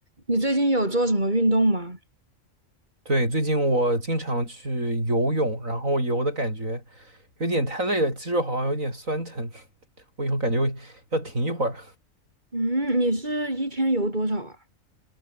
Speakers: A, on the right; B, on the right.
A: 你最近有做什么运动吗？
B: 对，最近我经常去游泳，然后游的感觉有点太累了，肌肉好像有点酸疼，<laughs> 我以后感觉我要停一会儿。
A: 嗯，你是一天游多少啊？